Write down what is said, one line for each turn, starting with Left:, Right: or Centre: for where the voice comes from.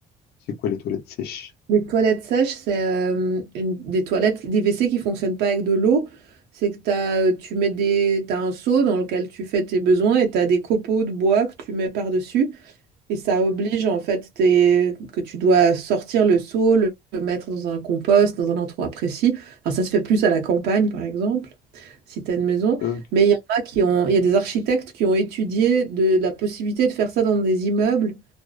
Left: C'est quoi les toilettes sèches?
Right: Les toilettes sèches, c'est euh, une- des toilettes, des WC qui fonctionnent pas avec de l'eau. C'est que t'as, euh, tu mets des, t'as un seau dans lequel tu fais tes besoins et tu as des copeaux de bois que tu mets par-dessus. Et ça oblige en fait tes- que tu dois sortir le seau, le, le mettre dans un compost, dans un endroit précis. Alors ça se fait plus à la campagne par exemple, si tu as une maison.
Left: Euh,
Right: Mais il y en a qui ont, il y a des architectes qui ont étudié de la possibilité de faire ça dans des immeubles